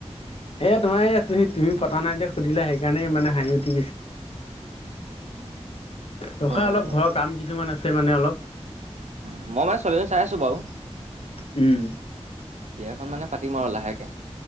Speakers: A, on the left; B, on the right.
A: এ, তোমাৰ এই তুমি তুমি পতা নাই তে সুধিলা সেইকাৰণে মানে হাঁহি উঠি গৈছে। ৰখা
B: অ
A: অলপ
B: অ
A: ঘৰৰ কাম কিছুমান আছে মানে অলপ।
B: মই মানে ছোৱালী এজনী চাই আছো বাৰু।
A: উম।
B: বিয়াখন মানে পাতিম আৰু লাহেকে।